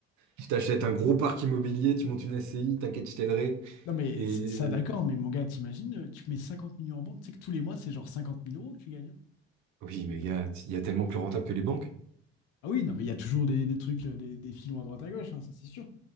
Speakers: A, on the right; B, on the left.
A: Tu t'achètes un gros parc immobilier, tu montes une SCI, t'inquiète, je t'aiderai.
B: Non, mais
A: Et...
B: c- ça, d'accord, mais mon gars, t'imagines, euh, tu mets 50 millions en banque, tu sais que tous les mois, c'est genre 50 000 euros que tu gagnes. hein.
A: Oui, mais il y a, il y a tellement plus rentable que les banques.
B: Ah oui, non, mais il y a toujours des, des trucs, euh, des, des filons à droite à gauche, hein, ça c'est sûr.